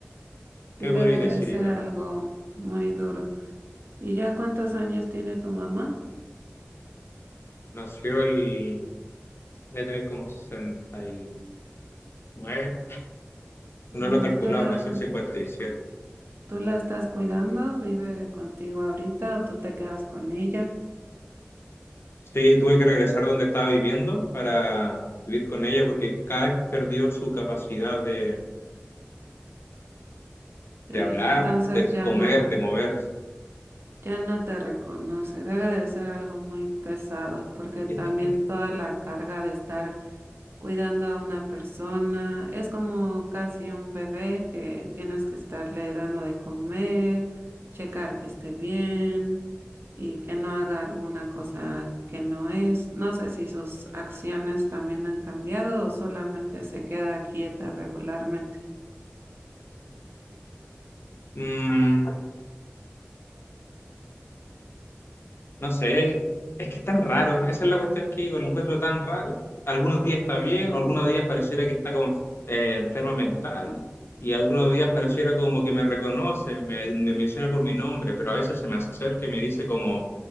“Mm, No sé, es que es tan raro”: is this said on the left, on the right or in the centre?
Left